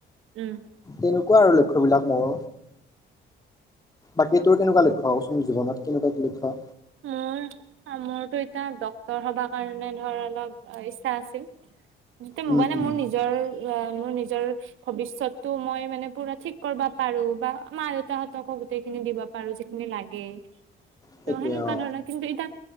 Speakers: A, on the right; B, on the left.
A: উম
B: তেনেকুৱা আৰু লক্ষ্য় বিলাক মোৰ বাকী তোৰ কেনেকুৱা লক্ষ্য হচোন জীৱনত কেনেকুৱা কি লক্ষ্য
A: অ মোৰতো এতিয়া ডক্তৰ সবাৰ কাৰণে ধৰ অলপ ইচ্ছা আছিল যেতিয়া
B: উম
A: মানে
B: উম
A: মোৰ নিজৰ অ মোৰ নিজৰ ভৱিষ্যতো মই মানে পুৰা ঠিক কৰিবা পাৰোঁ বা মা-দেউতাহঁতক গোতেইখিনি দিবা পাৰোঁ যিখিনি লাগে ত'
B: সেইটোৱে
A: সেনেকুৱা
B: অ
A: ধৰণৰ কিন্তু ইটা